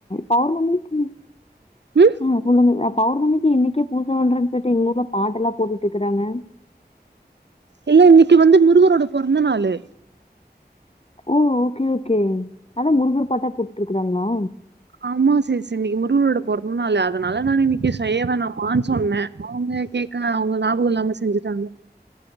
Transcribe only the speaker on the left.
பௌர்ணமிக்கு
ஆ சொல்லுங்க அப் பௌர்ணமிக்கு இன்னிக்கே பூஜ பண்றன் சொல்ட்டு எங்கூர்ல பாட்டு எல்லா போட்டுட்ருக்குறாங்க
அ ஓகே ஓகே அதா முருகர் பாட்டா போட்டுருக்காங்களா